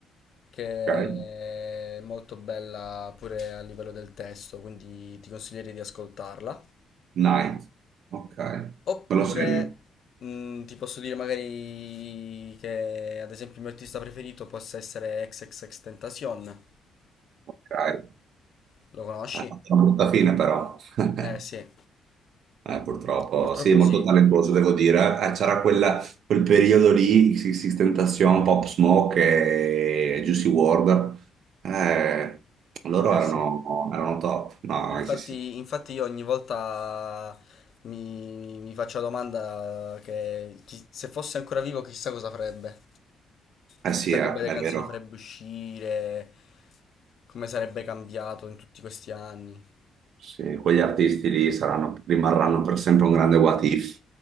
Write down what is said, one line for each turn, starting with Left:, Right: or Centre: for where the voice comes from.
Left: che
Right: ok.
Left: è molto bella pure a livello del testo, quindi ti consiglierei di ascoltarla.
Right: Night. Ok,
Left: Oppure
Right: me lo segno.
Left: mm, ti posso dire magari che ad esempio il mio artista preferito possa essere XXXTentacion.
Right: Ok.
Left: Lo conosci?
Right: Eh, Una brutta fine però. <laughs>
Left: Eh sì,
Right: Eh, purtroppo,
Left: purtroppo
Right: sì, molto
Left: sì.
Right: talentuoso devo dire. Eh, c'era quella- quel periodo lì, Six Tentacion, Pop Smoke e Juicy WRLD. Eh, loro
Left: Eh
Right: erano,
Left: sì.
Right: erano top. No,
Left: Infatti,
Right: eh, sì, sì.
Left: infatti io ogni volta mi, mi faccio la domanda che chi- se fosse ancora vivo chissà cosa farebbe,
Right: Eh
Left: chissà
Right: sì, eh,
Left: che belle
Right: è
Left: canzoni
Right: vero.
Left: farebbe uscire, come sarebbe cambiato in tutti questi anni.
Right: Sì, quegli artisti lì saranno- rimarranno per sempre un grande what if.